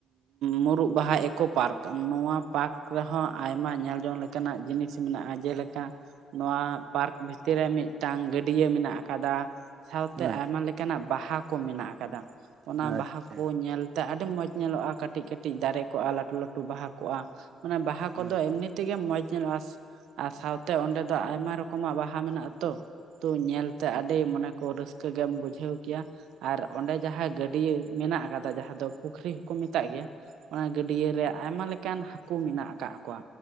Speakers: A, on the right; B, on the right.
A: ᱢᱩᱨᱩᱫ ᱵᱟᱦᱟ ᱮᱠᱳ ᱯᱟᱨᱠ ᱱᱚᱶᱟ ᱯᱟᱨᱠ ᱨᱮᱦᱚᱸ ᱟᱭᱢᱟ ᱧᱮᱞᱡᱚᱝ ᱞᱮᱠᱟ ᱚᱱᱠᱟᱱᱟᱜ ᱡᱤᱱᱤᱥ ᱢᱮᱱᱟᱜᱼᱟ ᱡᱮᱞᱮᱠᱟ ᱱᱚᱣᱟ ᱯᱟᱨᱠ ᱵᱷᱤᱛᱤᱨ ᱨᱮ ᱢᱤᱫᱴᱟᱝ ᱜᱟᱹᱰᱤᱭᱟᱹ ᱢᱮᱱᱟᱜ ᱟᱠᱟᱫᱟ ᱾ ᱥᱟᱶᱛᱮ
B: ᱟᱪᱪᱷᱟ
A: ᱟᱭᱢᱟ ᱞᱮᱠᱟᱱᱟᱜ ᱵᱟᱦᱟ ᱠᱚ ᱢᱮᱱᱟᱜ ᱟᱠᱟᱫᱟ,
B: ᱟᱪᱪᱷᱟ
A: ᱚᱱᱟ ᱵᱟᱦᱟ ᱠᱚ ᱧᱮᱞ ᱛᱟᱸ ᱟᱹᱰᱤ ᱢᱚᱸᱡᱽ ᱧᱮᱞᱚᱜᱼᱟ ᱠᱟᱹᱴᱤᱡ ᱠᱟᱹᱴᱤᱡ ᱫᱟᱨᱮ ᱠᱚᱜᱼᱟ, ᱞᱟᱹᱴᱩ ᱞᱟᱹᱴᱩ ᱵᱟᱦᱟ ᱠᱚᱜᱼᱟ ᱢᱟᱱᱮ ᱵᱟᱦᱟ ᱠᱚᱫᱚ
B: ᱟᱪᱪᱷᱟ
A: ᱮᱢᱱᱤ ᱛᱮᱜᱮ ᱢᱚᱸᱡᱽ ᱧᱮᱞᱚᱜᱼᱟ, ᱟᱨ ᱥᱟᱶᱛᱮ ᱚᱸᱰᱮ ᱫᱚ ᱟᱭᱢᱟ ᱨᱚᱠᱚᱢᱟᱜ ᱵᱟᱦᱟ ᱢᱮᱱᱟᱜ ᱟᱛᱚ᱾ ᱛᱚ, ᱧᱮᱞᱛᱮ ᱟᱹᱰᱤ ᱢᱟᱱᱮ ᱠᱚ ᱨᱟᱹᱥᱠᱟᱹ ᱜᱮᱢ ᱵᱩᱡᱷᱟᱹᱣ ᱠᱮᱭᱟ ᱟᱨ ᱚᱸᱰᱮ ᱡᱟᱦᱟᱸ ᱜᱟᱹᱰᱭᱟᱹ ᱢᱮᱱᱟᱜ ᱟᱠᱟᱫᱟ ᱡᱟᱦᱟᱸ ᱫᱚ ᱟᱫᱚ ᱯᱩᱠᱷᱨᱤ ᱦᱚᱠᱩ ᱢᱮᱛᱟᱜ ᱜᱮᱭᱟ, ᱚᱱᱟ ᱜᱟᱹᱰᱭ ᱨᱮ ᱟᱭᱢᱟ ᱞᱮᱠᱟᱱ ᱦᱟᱠᱩ ᱢᱮᱱᱟᱜ ᱟᱠᱟᱫ ᱠᱚᱣᱟ